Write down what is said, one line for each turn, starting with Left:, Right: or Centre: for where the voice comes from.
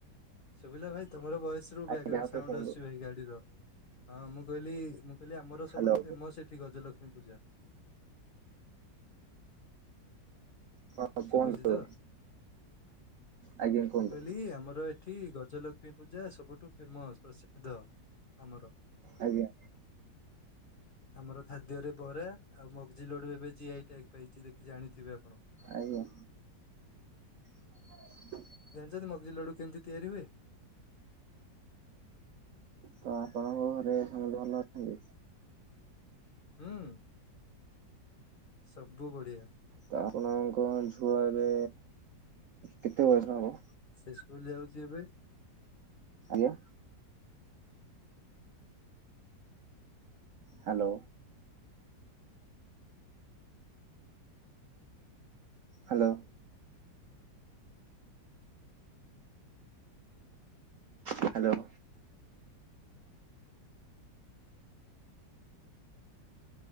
Left: ଶୁଭିଲା ଭାଇ ତମର ଭୟସ ରୁ
Right: ଆଜ୍ଞା
Left: ବ୍ୟାଗ୍ରାଉଣ୍ଡ
Right: ଆଉଥରେ
Left: ସାଉଣ୍ଡ
Right: କୁହନ୍ତୁ
Left: ଆସୁଛି ଭାଇ ଗାଡିର। ହଁ ମୁଁ କହିଲି ମୁଁ କହିଲି ଆମର
Right: ହ୍ୟାଲୋ
Left: ସବୁଠୁ ଫେମସ ଏଠି ଗଜଲକ୍ଷ୍ମୀ ପୂଜା।
Right: ହଁ
Left: ଶୁଭୁଛି
Right: କୁହନ୍ତୁ।
Left: ତ?
Right: ଆଜ୍ଞା କୁହନ୍ତୁ।
Left: ମୁଁ କହିଲି ଆମର ଏଠି ଗ ଜଲକ୍ଷ୍ମୀ ପୂଜା ସବୁଠୁ ଫେମସ ପ୍ରସିଦ୍ଧ ଆମର।
Right: ଆଜ୍ଞା
Left: ଆମର ଖାଦ୍ୟରେ ବରା, ଆଉ ମଗଜି ଲଡୁ ଏବେ ଜିଆଇ ଟ୍ୟାଗ ପାଇଛି ଦେଖି ଜାଣିଥିବେ ଆପଣ।
Right: ଆଜ୍ଞା। <inaudible>
Left: ଜାଣିଛନ୍ତି ମଗଜି ଲଡୁ କେମିତି ତିଆରି ହୁଏ?
Right: ତ ଆପଣଙ୍କ ଘରେ ଭଲ ଅଛନ୍ତି।
Left: ହୁଁ। ସବୁ ବଢିଆ।
Right: ତ ଆପଣଙ୍କ ଝୁଅ ଏବେ କେତେ ବୟସ ହବ?
Left: ସେ ସ୍କୁଲ ଯାଉଛି ଏବେ।
Right: ଆଜ୍ଞା। Hello. Hello. Hello.